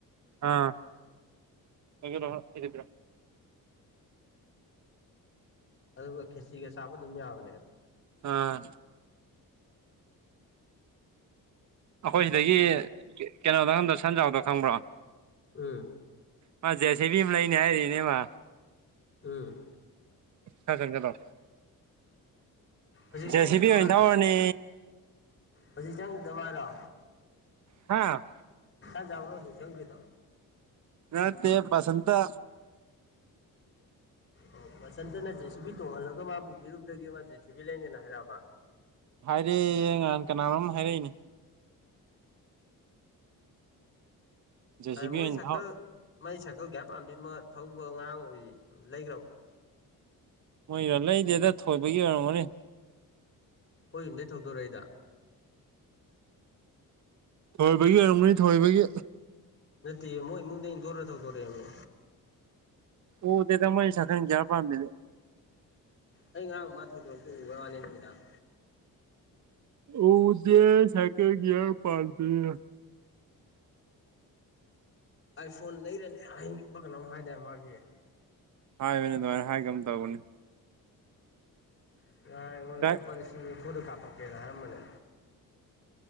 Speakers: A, on the right; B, on the left.
A: ꯑꯥ <unintelligible>
B: ꯑꯗꯨꯒ ꯈꯦꯆꯤꯒ ꯆꯥꯕ ꯑꯗꯨꯝ ꯌꯥꯕꯅꯦ
A: ꯑꯥ ꯑꯩꯈꯣꯏ ꯁꯤꯗꯒꯤ ꯀꯩꯅꯣꯗ ꯈꯪꯗ꯭ꯔ ꯁꯟꯖꯥꯎꯗ ꯈꯪꯕ꯭ꯔꯣ
B: ꯎꯝ
A: ꯃꯥ ꯖꯦꯁꯦꯕꯤ ꯑꯃ ꯂꯩꯅꯤ ꯍꯥꯏꯔꯤꯅꯦꯕ
B: ꯎꯝ
A: ꯆꯠꯂꯣ
B: ꯍꯧꯖꯤꯛ
A: ꯖꯦ
B: ꯆꯪꯈ꯭ꯔꯤꯗꯣ
A: ꯁꯤꯕꯤꯤ
B: ꯃꯥꯔꯣ
A: ꯑꯣꯏꯅ ꯊꯔꯅꯤ
B: ꯍꯧꯖꯤꯛ ꯆꯪꯒꯤꯕꯗꯣ ꯃꯥꯔꯣ
A: ꯍꯥꯥ
B: <unintelligible> ꯕꯔꯣ ꯍꯧꯖꯤꯛ ꯆꯪꯒ꯭ꯔꯤꯗꯣ
A: ꯑꯠꯇ ꯄꯁꯟꯇ
B: ꯑꯣ ꯕꯁꯟꯇꯅ ꯖꯦꯁꯤꯕꯤ ꯇꯣꯡꯍꯜꯂꯒ ꯃꯥ ꯄꯨꯕꯤꯔꯨꯕꯗꯒꯤ ꯃꯥ ꯖꯦꯁꯤꯕꯤ ꯂꯩꯅꯦꯅ ꯍꯥꯏꯔꯛꯑꯕꯥ
A: ꯍꯥꯏꯔꯦꯌꯦ ꯅꯍꯥꯟ ꯀꯅꯥꯅꯣꯝ ꯍꯥꯏꯔꯛꯏꯅꯤ ꯖꯦ ꯁꯤ ꯕꯤ
B: ꯃꯣꯏ
A: ꯑꯣꯏꯅ
B: ꯁꯥꯏꯀꯜ
A: ꯊꯧ
B: ꯃꯥꯏ ꯁꯥꯏꯀꯜ ꯒ꯭ꯌꯥꯔ ꯄꯥꯟꯕꯤ ꯑꯃ ꯊꯧꯕ ꯉꯔꯥꯡ ꯎꯏ ꯂꯩꯒ꯭ꯔꯝꯕꯣ
A: ꯃꯣꯏꯒꯤꯔꯣ ꯂꯩꯗꯦꯗꯥ ꯊꯣꯏꯕꯒꯤ ꯑꯣꯏꯔꯝꯒꯅꯤ
B: ꯍꯣꯏ ꯌꯨꯝꯗꯩ ꯊꯧꯗꯣꯔꯛꯏꯗ
A: ꯊꯣꯏꯕꯒꯤ ꯑꯣꯏꯔꯝꯒꯅꯤ ꯊꯣꯏꯕꯒꯤ
B: ꯅꯠꯇꯤꯌꯦ ꯃꯣꯏ ꯏꯃꯨꯡꯗꯩ ꯏꯟꯊꯣꯔ ꯊꯧꯗꯣꯔꯛꯑꯦ ꯃꯤ
A: ꯎꯗꯦꯗ ꯃꯣꯏ ꯁꯥꯏꯀꯜ ꯒ꯭ꯌꯥꯔ ꯄꯥꯟꯕꯤꯗꯤ
B: ꯑꯩ ꯉꯔꯥꯡ ꯃꯥ ꯊꯩꯗꯣꯔꯛꯄ ꯗꯨ ꯎꯕꯩ ꯋꯥꯅꯦ ꯅꯨꯃꯤꯗꯥꯡ
A: ꯑꯣꯗꯤ ꯁꯥꯏꯀꯦꯜꯒꯌꯥ ꯄꯜꯗ
B: ꯑꯥꯏꯐꯣꯟ ꯂꯩꯔꯅꯦ ꯍꯕ ꯀꯩꯅꯣꯝ ꯍꯥꯏꯗꯥꯦ ꯃꯥꯒꯤ
A: ꯍꯥꯏꯕꯅꯦ ꯑꯗꯨꯃꯥꯏꯅ ꯍꯥꯏ ꯀꯩꯅꯝ ꯇꯧꯕꯅꯤ
B: <unintelligible> ꯑꯩꯉꯣꯟꯗ
A: ꯗꯥꯏ
B: ꯂꯨꯄꯥ ꯂꯤꯁꯤꯡ ꯅꯤꯐꯨꯗꯥ ꯀꯥꯞꯄꯛꯀꯦꯅ ꯍꯥꯏꯔꯝꯕꯅꯦ